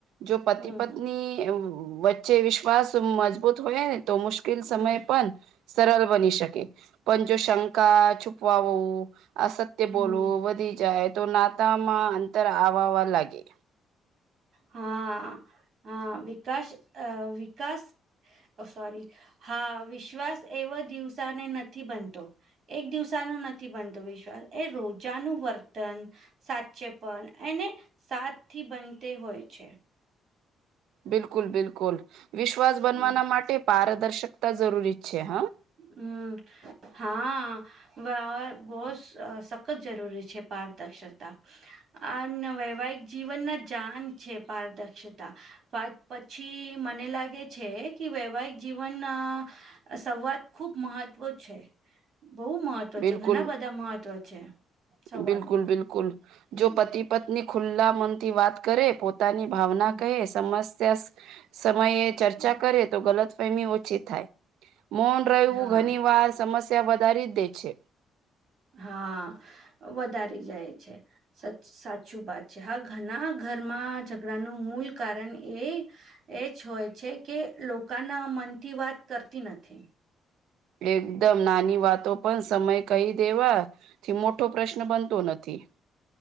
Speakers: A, on the right; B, on the right.
A: જો પતિ
B: હમ
A: પત્ની વચે. વચ્ચે જે વિશ્વાસ મજબૂત હોય ને તો મુશ્કેલ
B: હમ
A: સમય પણ સરળ
B: હમ
A: બની શકે. પણ જો શંકા છુપવાું અસત્ય
B: હમ
A: બોલવું વધી જાય. તો નાતામાં અંતર આવવા લાગે.
B: હા હા વિકાસ અ વિકાસ. સોરી હા વિશ્વાસ એવો દિવસાને નથી બનતો. એક દિવસાનો નથી બનતો વિશ્વાસ એ રોજાનું વર્તન. સાચે પણ એને સાત થી બનતે હોય છે.
A: બિલકુલ બિલકુલ વિશ્વાસ બનવાના
B: હમ
A: માટે પારદર્શકતા જરૂરી છે હા.
B: હમ હા. વ્ય બોહ જ સખત જરૂરી છે પારદર્શકતા. આ વૈવાહિક જીવન ના જાન છે પારદર્શતા. પા પછી મને લાગે છે કે વૈવાહિક જીવન. સંવાદ ખુબ મહત્વ છે. બહુ મહત્વ
A: બિલકુલ
B: છે ઘણા બધા મહત્વ છે સંવાદમાં
A: બિલકુલ બિલકુલ
B: હમ.
A: જો પતિ પત્ની ખુલ્લા મન થી વાત કરે પોતે. પોતાની ભાવના
B: હમ
A: કહે સમસ્યા સમયે ચર્ચા
B: હમ
A: કરે તો ગલત. પેમી ઓછી થાય મોન રહેવું
B: હા
A: ઘણી વાર સમસ્યા વધારી દે. છે
B: હા, વધારી જાય છે. સચ-સાચું બાત છે. હા ઘણા ઘરમાં ઝઘડાનું મૂલ કારણ એ એ જ હોય છે કે લોકોના મનથી વાત કરતી નથી.
A: એકદમ નાની વાતો પણ સમય કહી દેવા થી મોટો પ્રશ્ન બનતો નથી.